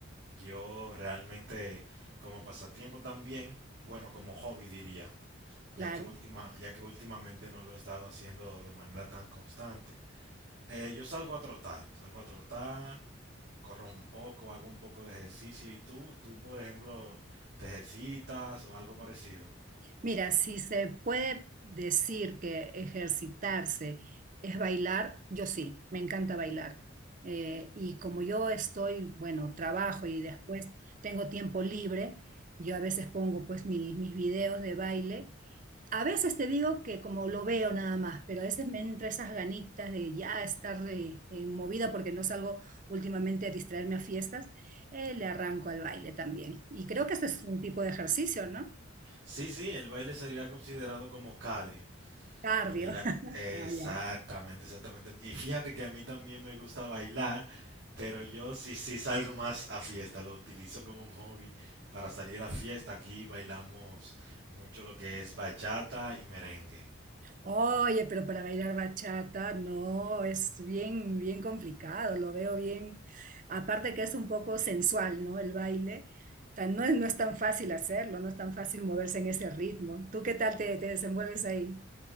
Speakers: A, on the right; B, on the right.
A: Yo realmente como pasatiempo también, bueno, como hobby diría, ya
B: claro.
A: que última, ya que últimamente no lo he estado haciendo de manera tan constante. eh, yo salgo a trotar, salgo a trotar, corro un poco, hago un poco de ejercicio. ¿Y tú? ¿Tú, por ejemplo, te ejercitas o algo parecido?
B: Mira, si se puede decir que ejercitarse es bailar, yo sí, me encanta bailar. Eh, y como yo estoy, bueno, trabajo y después tengo tiempo libre, yo a veces pongo pues mi- mis videos de baile. A veces te digo que como lo veo nada más, pero a veces me entra esas ganitas de ya estar eh, eh, movida porque no salgo últimamente a distraerme a fiestas, eh, le arranco al baile también. Y creo que ese es un tipo de ejercicio, ¿no?
A: Sí, sí, el baile sería considerado como cardio.
B: Cardio.
A: Porque ya, exactamente,
B: Ah, ya.
A: exactamente. Y fíjate que a mí también me gusta bailar, pero yo sí, sí salgo más a fiesta, lo utilizo como un hobby para salir a fiesta. Aquí bailamos mucho lo que es bachata y merengue.
B: Oye, pero para bailar bachata, no, es bien, bien complicado, lo veo bien. Aparte que es un poco sensual, ¿no? El baile. Tan- no es, no es tan fácil hacerlo, no es tan fácil moverse en ese ritmo. ¿Tú qué tal te, te desenvuelves ahí?